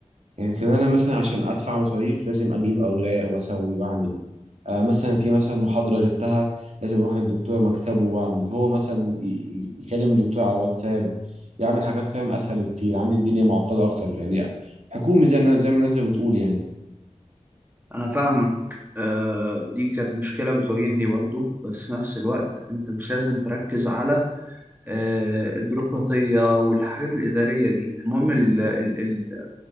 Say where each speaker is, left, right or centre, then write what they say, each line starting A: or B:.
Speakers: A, on the right (about 65°); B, on the right (about 15°).
A: يمكن انا مثلا عشان ادفع مصاريف لازم اجيب اوراق واسوي واعمل آه مثلا في مثلا محاضره غبتها لازم اروح للدكتور مكتبه واعمل هو مثلا ي- ي- يكلم الدكتور على واتساب يعمل حاجات فاهم اسهل بكتير عندي الدنيا معقده اكتر يعني حكومي زي ما- زي ما الناس بتقول يعني
B: انا فاهمك آه دي كانت مشكلة بتواجهني برضو بس في نفس الوقت انت مش لازم تركز على آه البيروقراطية والحاجات الإدارية دي المهم ال ال ال